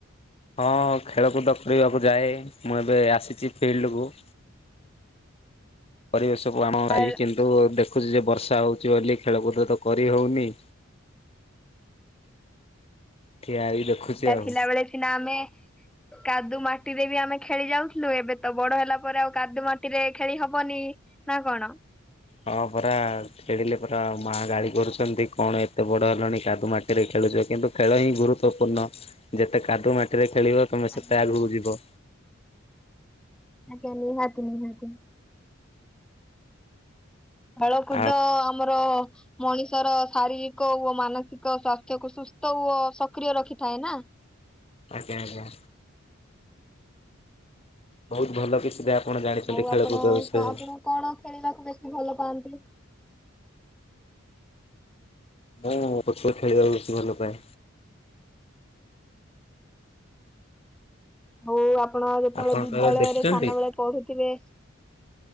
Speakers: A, on the left; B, in the centre.
A: ହଁ, ଖେଳକୁଦ କରିବାକୁ ଯାଏ। ମୁଁ ଏବେ ଆସିଛି ଫିଲ୍ଡ୍ କୁ। ପରିବେଶକୁ <unintelligible>
B: ଆ
A: କିନ୍ତୁ ଦେଖୁଛି, ଯେ ବର୍ଷା ହଉଛି ବୋଲି ଖେଳକୁଦ ତ କରି ହଉନି। ଠିଆ ହେଇ ଦେଖୁଛି
B: ପିଲା
A: ଆଉ।
B: ଥିଲା ବେଳେ ସିନା ଆମେ କାଦୁ ମାଟିରେ ବି ଆମେ ଖେଳି ଯାଉଥିଲୁ। ଏବେ ତ ବଡ ହେଲା ପରେ ଆଉ କାଦୁ ମାଟିରେ ଖେଳି ହବନି। ନା, କଣ?
A: ହଁ, ପରା। ଖେଳିଲେ ପରା ମାଆ ଗାଳି କରୁଛନ୍ତି କଣ, ଏତେ ବଡ଼ ହେଲଣି, କାଦୁ ମାଟିରେ ଖେଳୁଛ? କିନ୍ତୁ ଖେଳ ହିଁ ଗୁରୁତ୍ୱପୂର୍ଣ୍ଣ। ଯେତେ କାଦୁ ମାଟିରେ ଖେଳିବ, ତୁମେ
B: ଆଜ୍ଞା
A: ସେତେ ଆଗକୁ ଯିବ।
B: ଆଜ୍ଞା ନିହାତି ନିହାତି। ହଳକୁଦ
A: ଆଉ
B: ଆମର ମଣିଷର ଶାରୀରିକ ଓ ମାନସିକ ସ୍ୱାସ୍ଥ୍ୟକୁ ସୁସ୍ଥ ଓ ସକ୍ରିୟ ରଖିଥାଏ ନା।
A: ଆଜ୍ଞା ଆଜ୍ଞା। ବହୁତ ଭଲ! କିଛିଟା ଆପଣ ଜାଣିଛନ୍ତି
B: ଆଉ
A: ଖେଳକୁଦ
B: ଆପଣ
A: ବିଷୟରେ।
B: ଆପଣ କଣ ଖେଳିବାକୁ ବେଶୀ ଭଲ ପାଆନ୍ତି?
A: ମୁଁ <unintelligible> ଖେଳିବାକୁ ବେଶୀ ଭଲ ପାଏ।
B: ହଉ, ଆପଣ ଯେତେବେଳେ
A: ଆପଣ
B: ବିଦ୍ୟାଳୟରେ
A: କେବେ ଦେଖିଛନ୍ତି?
B: ସାନବେଳେ ପଢୁଥିବେ।